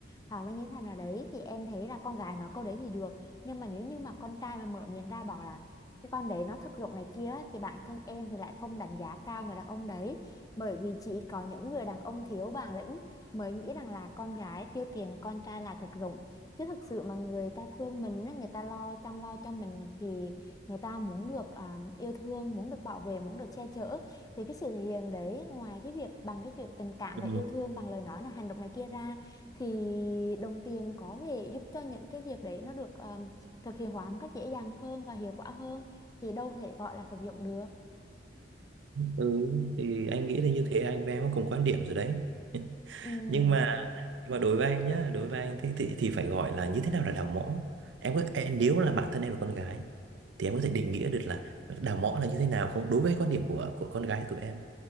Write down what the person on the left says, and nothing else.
hoặc là như thế nào đấy thì em thấy là con gái nói câu đấy thì được nhưng mà nếu như mà con trai mà mở miệng ra bảo là cái con đấy nó thực dụng này kia á, thì bản thân em thì lại không đánh giá cao người đàn ông đấy bởi vì chỉ có những người đàn ông thiếu bản lĩnh mới nghĩ rằng là con gái tiêu tiền con trai là thực dụng chứ thực sự mà người ta thương mình á, người ta lo chăm lo cho mình thì người ta muốn được à, yêu thương muốn được bảo vệ muốn được che chở thì cái sự thể hiện đấy ngoài cái việc bằng cái chuyện tình cảm
và yêu thương bằng lời nói là hành động này kia ra thì đồng tiền có thể giúp cho những cái việc đấy nó được à, thực hiện hóa một cách dễ dàng hơn và hiệu quả hơn thì đâu thể gọi là thực dụng được
ừ